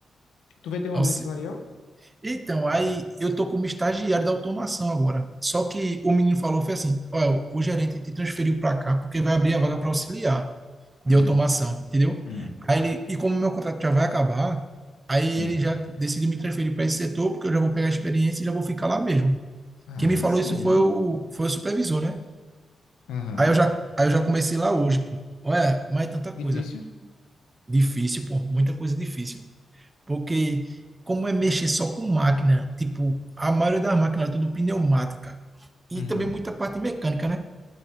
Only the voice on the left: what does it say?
Tu vai ter um aumento
salarial?
Hum,
hum,
sim.
Aí
sim,
viu?
Aham.
Difícil?
Uhum,